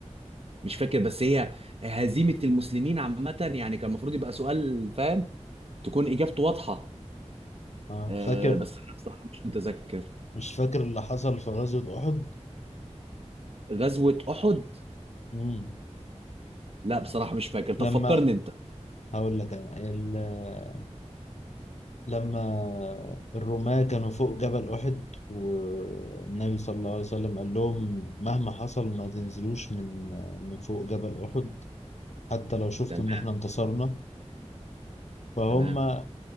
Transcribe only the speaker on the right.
مش فاكر بس هي هزيمة المسلمين عامة يعني كان المفروض يبقى سؤال فاهم تكون إجابته واضحة
آه
بس أنا بصراحة مش متذكر
غزوة أحد
لا بصراحة مش فاكر طب
فكرني أنت
تمام
تمام